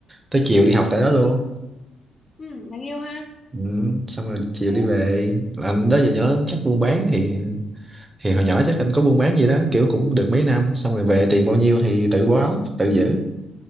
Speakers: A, on the right; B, on the left.
A: tới chiều đi học tại đó luôn
B: Ừ, đáng yêu ha.
A: ừ, xong rồi chiều
B: Đấy.
A: đi về anh đó giờ nhớ chắc buôn bán thì thì hồi nhỏ chắc anh có buôn bán gì đó kiểu cũng được mấy năm xong rồi về tiền bao nhiêu thì tự báo tự giữ